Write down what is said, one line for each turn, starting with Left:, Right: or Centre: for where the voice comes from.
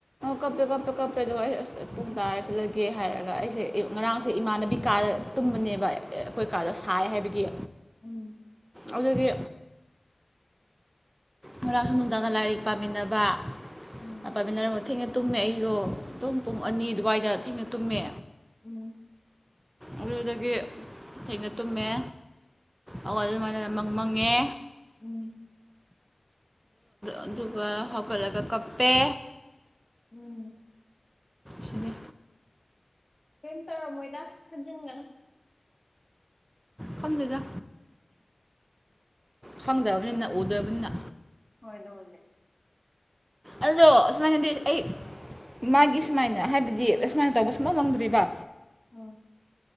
Right: ꯀꯞꯇꯦ ꯀꯞꯇ ꯀꯞꯄꯦꯗꯣ ꯑꯩ ꯑꯁ ꯄꯨꯡ ꯇꯥꯔ ꯆꯠꯂꯒꯦ ꯍꯥꯏꯔꯒ ꯑꯩꯁꯦ ꯉꯔꯥꯡꯁꯦ ꯏꯃꯥꯟꯅꯕꯤ ꯀꯥꯗ ꯀꯨꯝꯕꯅꯦꯕ ꯑꯩꯈꯣꯏ ꯀꯥꯗ ꯁꯥꯏ ꯍꯥꯏꯕꯒꯤ
Left: ꯎꯝ
Right: ꯑꯗꯨꯗꯒꯤ ꯉꯔꯥꯡꯁꯨ ꯅꯨꯡꯗꯥꯡꯗ ꯂꯥꯏꯔꯤꯛ ꯄꯥꯃꯤꯟꯅꯕ
Left: ꯎꯝ
Right: ꯄꯥꯏꯃꯤꯟꯅꯔꯝꯕꯣ ꯊꯦꯡꯅ ꯇꯨꯝꯃꯦ ꯑꯩꯗꯣ ꯄꯨꯡ ꯄꯨꯡ
Left: ꯎꯝ
Right: ꯑꯅꯤ ꯑꯗꯨꯋꯥꯏꯗ ꯊꯦꯡꯅ ꯇꯨꯝꯃꯦ
Left: ꯎꯝ
Right: ꯑꯗꯨꯗꯒꯤ ꯊꯩꯅ ꯇꯨꯝꯃꯦ ꯑꯣ ꯑꯗꯨꯃꯥꯏꯅ ꯃꯪ ꯃꯪꯉꯦ
Left: ꯎꯝ
Right: ꯑꯗꯨꯒ ꯍꯧꯒꯠꯂꯒ ꯀꯞꯄꯦ
Left: ꯎꯝ
Right: ꯁꯤꯅꯤ
Left: ꯀꯩꯝ ꯇꯧꯔꯝꯃꯣꯏꯗ ꯈꯟꯖꯤꯟꯒꯅꯨ
Right: ꯐꯪꯗꯦꯗ ꯐꯪꯗꯕꯅꯤꯅ ꯎꯗ꯭ꯔꯕꯅꯤꯅ
Left: ꯍꯣꯏ ꯑꯗꯨꯧꯕꯅꯦ
Right: ꯑꯗꯨꯗꯣ ꯑꯃꯥꯏꯗꯤ ꯑꯩ ꯃꯥꯒꯤ ꯁꯨꯃꯥꯏꯅ ꯍꯥꯏꯕꯗꯤ ꯁꯨꯃꯥꯏꯅ ꯇꯧꯕ ꯁꯨꯝꯃꯃꯪꯗ꯭ꯔꯤꯕ
Left: ꯑ